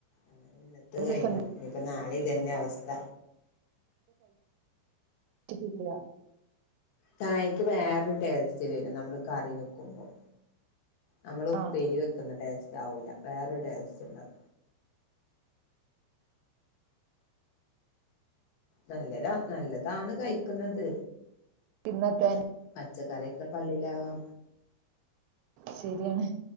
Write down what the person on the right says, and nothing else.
ദിവസം
കിില്ല <unintelligible>
ആഹ്
തിന്നപ്പ
ശരിയാണ്